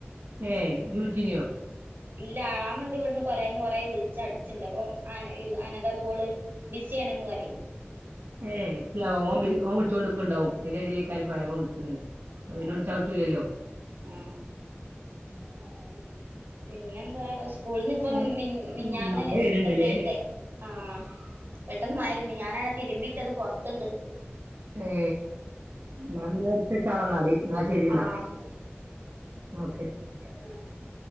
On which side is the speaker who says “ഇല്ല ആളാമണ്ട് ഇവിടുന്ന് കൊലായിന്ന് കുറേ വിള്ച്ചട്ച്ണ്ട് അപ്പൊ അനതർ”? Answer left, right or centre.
Right